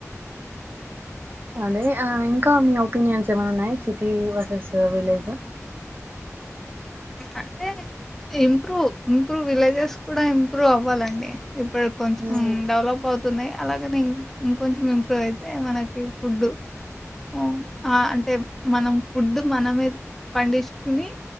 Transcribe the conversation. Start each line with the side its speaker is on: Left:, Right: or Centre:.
Right: అదే ఇంకా మీ ఒపీనియన్స్ ఏమన్నా ఉన్నాయి సిటీ వర్సెస్ విలేజ్
Centre: అంటే ఇంప్రూవ్ ఇంప్రూవ్ విలేజెస్ కూడా ఇంప్రూవ్ అవ్వాలండి ఇప్పుడు కొంచెం
Right: ఉమ్
Centre: డెవలప్ అవుతుంది అలాగనేం ఇంకొంచెం ఇంప్రూవ్ అయితే మనకి ఫుడ్ ఓ ఆ అంటే మనం ఫుడ్ మనమేద పండించకుని